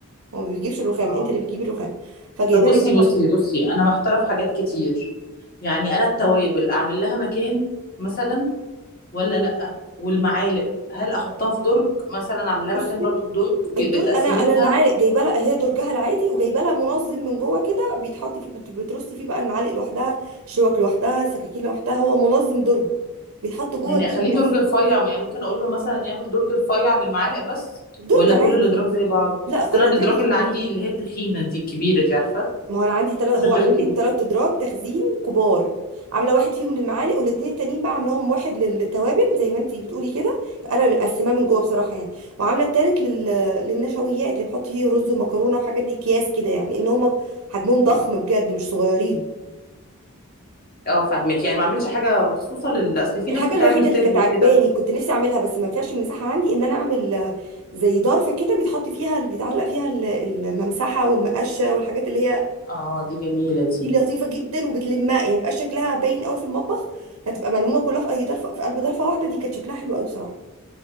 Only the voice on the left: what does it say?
اه
طب بصي
بصي
بصي انا محتاره في حاجات كتير يعني انا التوابل اعمل لها مكان مثلا ولا لا والمعالق هل احطها في درج مثلا اعمل لها مكان
برضو في درج ب-
بتقسيمتها
يعني
اخليه درج
رفيع يعني ممكن اقول له مثلا يعمل درج رفيع للمعالق بس
ولا
كل الادراج زي بعض
اصل
انا الادراج
اللي عندي اللي هي التخينه دي الكبيره دي عارفه
عارفه
الادراج
اه فاهمك يعني ما اعملش حاجه مخصوصه لل اصل في
ناس بتعمل
تربو
كده
اه دي جميله دي